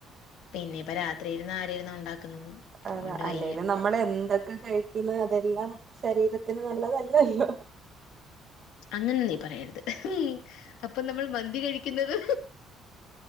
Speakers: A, on the left; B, on the right.
A: പിന്നെപ്പ രാത്രിയിരുന്നാരിരുന്ന ഉണ്ടാക്കുന്നത്
B: അത
A: അതുകൊണ്ട് വയ്യ
B: അല്ലേല് നമ്മളെന്തൊക്കെ കഴി യ്ക്കുന്ന് അതെല്ലാം ശരീരത്തിന് നല്ലതല്ലല്ലോ
A: അങ്ങനെ നീ പറയരുത് ഉം അപ്പൊ നമ്മൾ മന്തി കഴിക്കുന്നത്